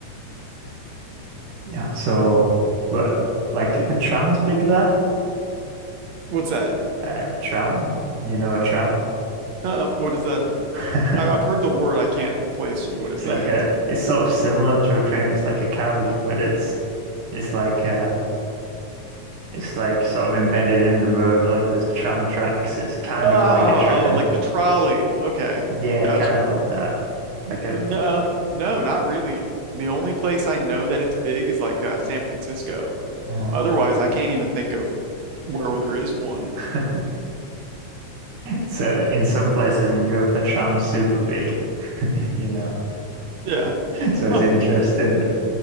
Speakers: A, on the right; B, on the right.
A: Yeah, so but like a tram's big there.
B: What's that?
A: A tram, you know, a tram.
B: Uh, what is that?
A: <laughs>
B: I, I've heard the word. I can't place what it
A: It's
B: means.
A: like a, it's sort of similar to a train. It's like a carriage, but it's, it's like uh, it's like sort of embedded in the road. Like there's tram tracks. It's kind
B: Oh,
A: of like a train.
B: oh, like the trolley. Okay,
A: Yeah,
B: got
A: kind
B: you.
A: of like that. Like a,
B: N- um, no, not really. The only place I know that it's big is like uh, San Francisco.
A: oh.
B: Otherwise, I can't even think of where there is one.
A: <laughs> So in some places in Europe, the tram's super big, you know.
B: Yeah.
A: So
B: Huh.
A: it's interesting.